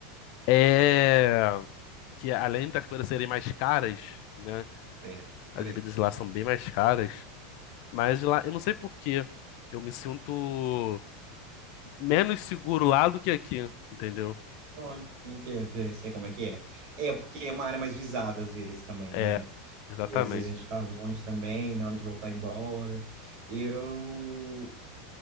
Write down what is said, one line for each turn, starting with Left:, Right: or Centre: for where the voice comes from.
Left: é que além das coisas serem mais caras, né?
Right: É, por
Left: As
Right: aí.
Left: bebidas lá são bem mais caras, mas lá, eu não sei por quê. Eu me sinto menos seguro lá do que aqui, entendeu?
Right: Olha, entendo, é, sei como é que é. É, porque é uma área mais visada às vezes também,
Left: É,
Right: né?
Left: exatamente.
Right: E às vezes a gente tá longe também, na hora de voltar embora. Eu,